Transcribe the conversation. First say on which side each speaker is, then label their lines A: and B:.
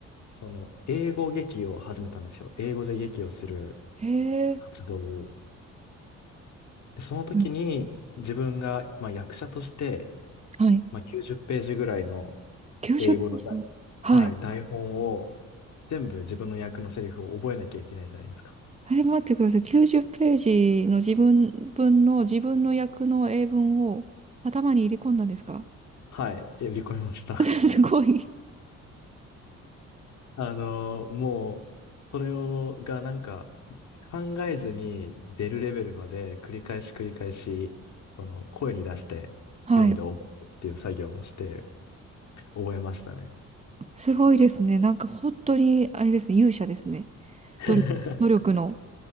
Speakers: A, on the left; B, on the right.
A: その、英語劇を始めたんですよ。英語で劇をする
B: へえ。
A: 活動を。で、その時に、
B: うん
A: 自分が、まあ、役者として、
B: はい。
A: まあ、90ページぐらいの
B: 90ページ。
A: 英語のだ、
B: はい。
A: はい、台本を、全部自分の役のセリフを覚えなきゃいけないじゃないですか。
B: え、待ってください。90ページの自分分の自分の役の英文を頭に入れ込んだんですか
A: はい、やり込みました。
B: <laughs> すごい。
A: <laughs> あのーもう、それを、がなんか、考えずに出るレベルまで繰り返し繰り返し、その声に出して読んで覚えるっていう作業をして
B: はい。
A: 覚えましたね。
B: すごいですね。なんか本当に、あれですね、勇者ですね。
A: <laughs>
B: 努力、努力の。